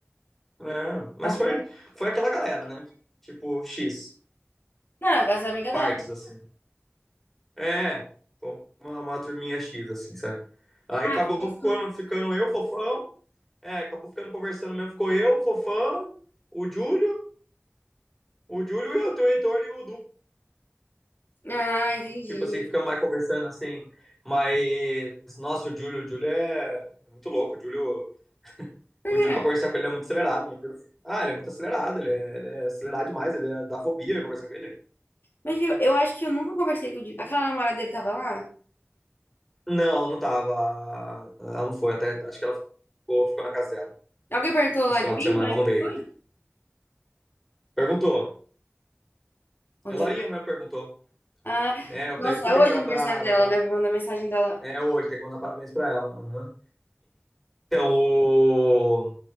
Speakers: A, in the centre; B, on the left.
A: É, mas
B: As
A: foi,
B: minhas...
A: foi aquela galera, né? Tipo, X,
B: Não, as amigas
A: partes,
B: dela.
A: assim. É, uma, uma turminha X, assim, sabe? Aí
B: Ah,
A: acabou
B: foi gostoso.
A: ficando, ficando eu, Fofão. É, acabou ficando conversando mesmo. Ficou eu, Fofão, o Júlio, o Júlio e eu, o Heitor e o Du.
B: Ah, entendi.
A: Tipo assim, ficamos mais conversando assim. Mas, nossa, o Júlio, o Júlio é é muito louco. O Júlio,
B: Por
A: o Júlio
B: quê?
A: pra conversar com ele, ele é muito acelerado. meu Deus. Ah, ele é muito acelerado, ele é, ele é acelerado demais, ele é, dá fobia de conversar com ele.
B: Mas viu, eu acho que eu nunca conversei com o Di- aquela namorada dele tava lá.
A: Não, não tava. Ela não foi, até, acho que ela ficou, ficou na casa dela.
B: Alguém perguntou
A: Esse
B: lá
A: final
B: de mim,
A: de semana
B: na hora
A: ela
B: que
A: não
B: eu
A: veio.
B: fui?
A: Perguntou.
B: Onde
A: A Lorinha
B: eu
A: mesmo perguntou.
B: Ah,
A: É, eu,
B: nossa,
A: daí eu expliquei
B: é hoje
A: pra
B: o aniversário
A: ela, ah,
B: dela,
A: Laura,
B: né? Vou mandar mensagem dela.
A: É hoje, tem que mandar parabéns pra ela. Aham. Então, o...